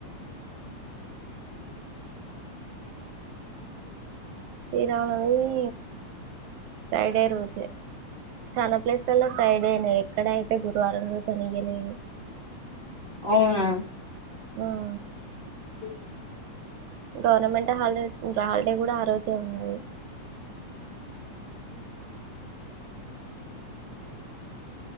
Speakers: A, on the right (about 75°); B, on the left (about 15°).
A: శ్రీరామనవమి ఫ్రైడే రోజే చాలా ప్లేస్లలో ఫ్రైడే నే ఎక్కడ అయితే గురువారం రోజు అని ఇయ్యలేదు
B: అవునా
A: ఆఆ
B: ఉ <inaudible>
A: గవర్నమెంట్ హాలిడేస్ ఇంకా హాలిడే గూడా ఆ రోజే ఉన్నది